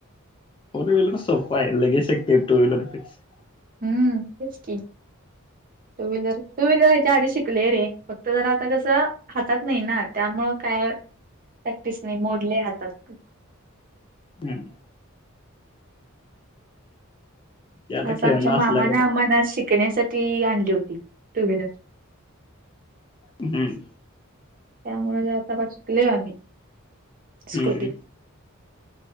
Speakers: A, on the left; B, on the right.
A: फोर विलर सोप आहे लगेच शिकते टु व्हीलर पेक्षा,
B: हम्म तेच की, टू व्हीलर टू व्हीलर याच्या आधी शिकले रे फक्त जरा आता कस हातात नाही ना त्यामुळ काय प्रॅक्टिस नाही मोडले हातात.
A: हम्, ते आता
B: खास
A: खेळणं
B: आमच्या मामान
A: असल्या गत
B: आम्हाना शिकण्यासाठी ती आणली होती टु विलर.
A: हम्म
B: त्यामुळे थोड फार शिकलोय आम्ही स्कुटी
A: हम्म